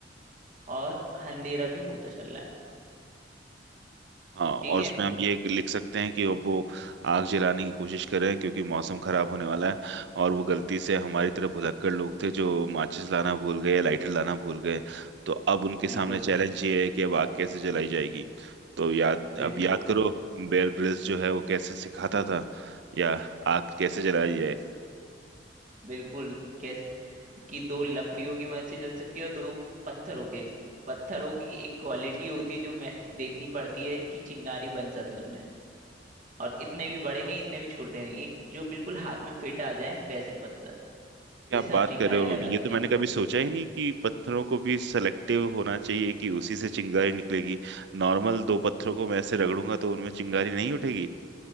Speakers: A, on the right; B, on the right.
A: और अंधेरा भी होता चल रहा है
B: हाँ और
A: ठीक है
B: उसमें हम ये लिख सकते हैं कि अब वो आग जलाने की कोशिश कर रहे हैं क्योंकि मौसम खराब होने वाला है और वो गलती से हमारी तरह भुलक्कड़ लोग थे जो माचिस लाना भूल गए लाइटर लाना भूल गए तो अब उनके सामने
A: बिल्कुल
B: चैलेंज ये है कि अब आग कैसे जलाई जाएगी तो याद
A: बिल्कुल
B: अब याद करो बेयर ग्रिल्स जो है वो कैसे सिखाता था या आग कैसे जलाई जाए
A: बिल्कुल कैसे कि दो लकड़ियों की मदद से चल सकती है और दो पत्थरों के पत्थरों की एक क्वालिटी होती है जो मैं देखनी पड़ती है कि चिंगारी बन सके उनमें और इतने भी बड़े नहीं इतने भी छोटे नहीं एक जो बिल्कुल हाथ में फिट आ जाए वैसे पत्थर
B: क्या
A: जैसे
B: आप बात
A: आप चिंगारी
B: कर रहे हो
A: लगा
B: ये
A: सकें
B: तो मैंने कभी सोचा ही नहीं कि पत्थरों को भी सेलेक्टिव होना चाहिए कि उसी से चिंगारी निकलेगी नॉर्मल दो पत्थरों को मैं ऐसे रगड़ूंगा तो उनमें चिंगारी नहीं उठेगी